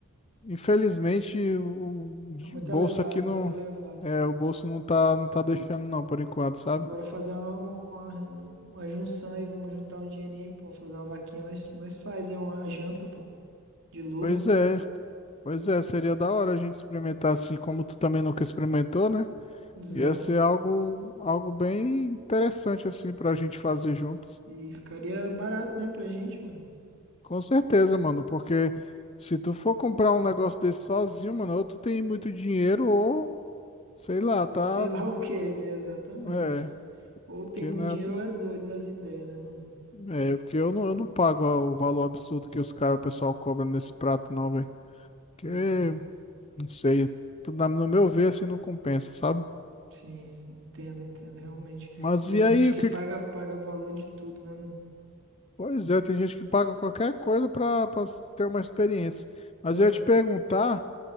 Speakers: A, on the left (about 25°); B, on the right (about 55°).
A: infelizmente o
B: Tá muito
A: bolso
B: elevado,
A: aqui não,
B: muito elevado.
A: é, o bolso não tá, não tá deixando não, por enquanto, sabe?
B: Bora fazer uma, uma, um, uma junção aí, vamos juntar um dinheirinho, pô, fazer uma vaquinha. Nós, nós fazemos a janta, pô, de lula,
A: Pois é, pois é, seria da hora a gente experimentar assim, como tu também nunca experimentou, né?
B: exato.
A: Ia ser algo, algo bem interessante assim pra gente fazer juntos.
B: E ficaria barato, né, pra gente, mano.
A: Com certeza, mano, porque se tu for comprar um negócio desse sozinho, mano, ou tu tem muito dinheiro ou sei lá,
B: Ou
A: tá?
B: sei lá <laughs> o que, exatamente.
A: É,
B: Ou
A: porque
B: tem muito
A: né,
B: dinheiro ou é doido das ideias, né, mano?
A: é, porque eu não, eu não pago o valor absurdo que os caras, o pessoal cobra nesse prato não, velho. Porque
B: É,
A: não sei, na- no meu ver assim não compensa, sabe?
B: sim, sim, entendo, entendo, realmente.
A: Mas
B: Tem
A: e
B: gente
A: aí,
B: que
A: o que
B: paga,
A: que
B: paga valor de tudo, né, mano?
A: Pois é, tem gente que paga qualquer coisa pra pra ter uma experiência. Mas
B: Ah,
A: eu ia te perguntar